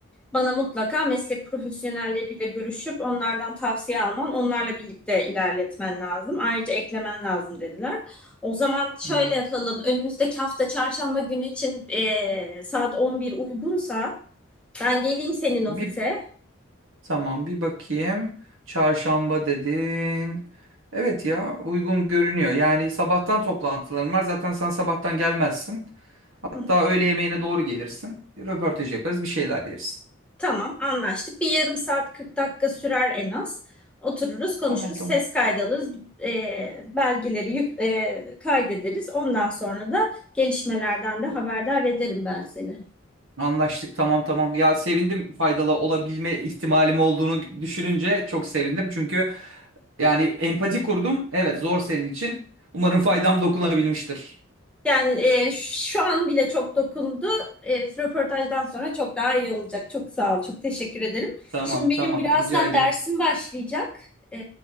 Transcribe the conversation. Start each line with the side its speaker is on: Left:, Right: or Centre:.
Centre: Bana mutlaka meslek profesyonelleriyle görüşüp onlardan tavsiye alman, onlarla birlikte ilerletmen lazım. Ayrıca eklemen lazım dediler. O zaman şöyle
Right: Evet.
Centre: yapalım. Önümüzdeki hafta çarşamba günü için eee, saat 11 uygunsa ben geleyim senin
Right: Bir
Centre: ofise.
Right: Tamam bir bakayım. Çarşamba dedin. Evet ya uygun görünüyor. Yani sabahtan toplantılarım var. Zaten sen sabahtan gelmezsin. Hatta
Centre: <laughs>
Right: öğle yemeğine doğru gelirsin. Röportaj yaparız bir şeyler yeriz.
Centre: Tamam, anlaştık. Bir yarım saat 40 dakika sürer en az. Otururuz, konuşuruz,
Right: Tamam tamam.
Centre: ses kaydı alırız, eee, belgeleri yük- eee, kaydederiz. Ondan sonra da gelişmelerden de haberdar ederim ben seni.
Right: Anlaştık tamam tamam. Ya sevindim faydalı olabilme ihtimalim olduğunu düşününce çok sevindim. Çünkü yani empati kurdum. Evet zor senin için. Umarım faydam dokunabilmiştir.
Centre: Yani e, şu an bile çok dokundu. E, röportajdan sonra çok daha iyi olacak. Çok sağ ol, çok teşekkür ederim.
Right: Tamam
Centre: Şimdi
Right: tamam
Centre: benim birazdan
Right: rica ederim.
Centre: dersim başlayacak. E,